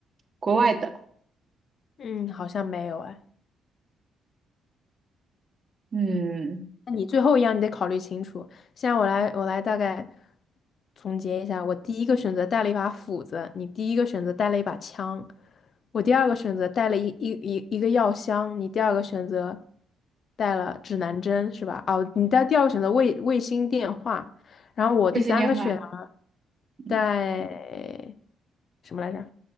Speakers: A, on the right; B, on the left.
A: 国外的，
B: 嗯，好像没有哎。
A: 嗯，
B: 那你最后一样你得考虑清楚。现在我来，我来大概总结一下：我第一个选择带了一把斧子，你第一个选择带了一把枪，我第二个选择带了一一一一个药箱，你第二个选择带了指南针是吧？哦，你带第二个选择卫卫星电话，然后我第三个选择
A: 卫星电话，嗯，
B: 带什么来着？